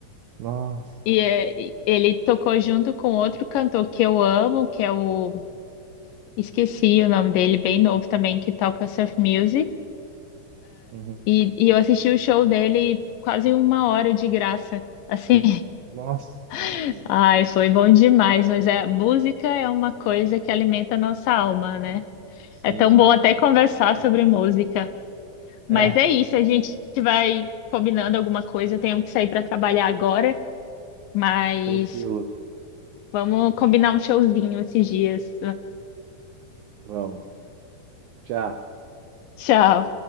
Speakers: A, on the right; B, on the left.
A: <laughs> Nossa,
B: E é, e ele tocou junto com outro cantor que eu amo, que é o. Esqueci o nome dele, bem novo também, que toca surf music.
A: Uhum.
B: E, e eu assisti o show dele quase uma hora de graça. Assim,
A: Nossa, muito
B: <laughs>
A: bom.
B: ai, foi bom demais. Mas é música é uma coisa que alimenta a nossa alma, né?
A: Sim,
B: É tão bom até conversar
A: acho
B: sobre
A: muito.
B: música. Mas
A: É,
B: é isso, a gente vai combinando alguma coisa. Eu tenho que sair para trabalhar agora, mas
A: tranquilo.
B: vamos combinar um showzinho esses dias.
A: Vamos. Tchau.
B: Tchau.